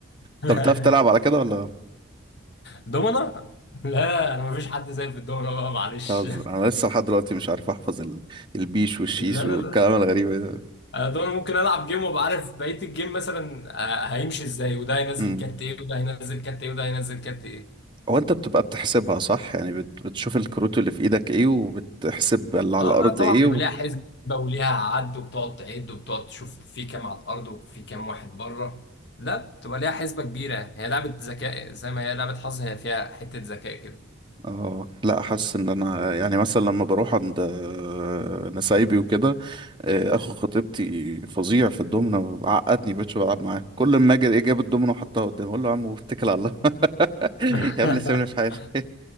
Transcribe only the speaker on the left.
<laughs>
دومنا لا انا مفيش حد زي في الدومنا بقى معلش
لا
لا لا
انا دومنا ممكن العب جيم وابقى عارف بقيه الجيم مثلا آه، هيمشي ازاي وده هينزل
كارت ايه وده هينزل كارت ايه وده هينزل كارت ايه
اه
لا طبعا
بيبقى
ليها حسبه وليها عد وبتقعد تعد وبتقعد تشوف في كام على الارض وفي كام واحد بره لا بتبقى ليها حسبه كبيره هي لعبه ذكاء زي ما هي لعبه حظ هي فيها حته ذكاء كده
<laughs>